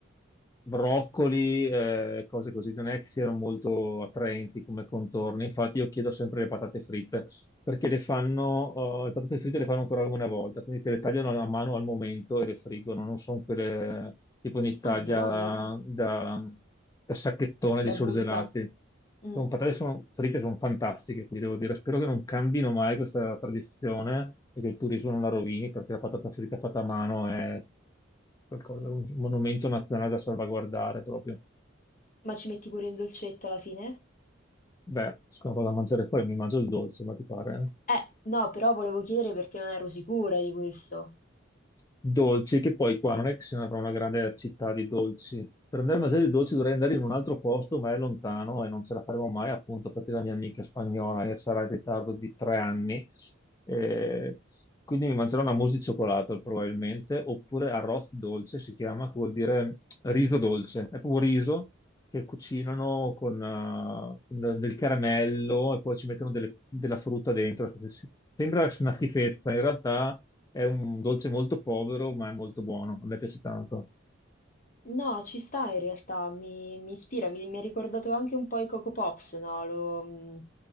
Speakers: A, on the left; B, on the left.
A: broccoli, eh, cose così, non è che siano molto attraenti come contorni. Infatti, io chiedo sempre le patate fritte perché le fanno, eh, le patate fritte le fanno ancora una volta, quindi te le tagliano a mano al momento e le friggono. Non sono quelle tipo in Italia
B: Ah, buono,
A: da, da sacchettone
B: da
A: di surgelati.
B: busta. Mm.
A: Sono patate sono, fritte sono fantastiche, quindi devo dire, spero che non cambino mai questa tradizione e che il turismo non la rovini perché la patata fritta fatta a mano è Qualcosa, un monumento nazionale da salvaguardare proprio.
B: Ma ci metti pure il dolcetto alla fine?
A: Beh, sono vado a mangiare poi, mi mangio il dolce, ma ti pare? eh?
B: Eh, no, però volevo chiedere perché non ero sicura di questo.
A: dolci, che poi qua non è che se ne avrà una grande città di dolci. Per andare a mangiare i dolci dovrei andare in un altro posto, ma è lontano e non ce la faremo mai, appunto, perché la mia amica spagnola eh, sarà in ritardo di tre anni. Eh, quindi mi mangerò una mousse di cioccolato probabilmente, oppure arroz dolce si chiama, che vuol dire riso dolce. È proprio riso che cucinano con eh, del del caramello e poi ci mettono delle- della frutta dentro. Sembra una schifezza, in realtà è un dolce molto povero, ma è molto buono. A me piace tanto.
B: No, ci sta in realtà, mi, mi ispira, mi, mi ha ricordato anche un po' i Coco Pops, no? Lo- mm,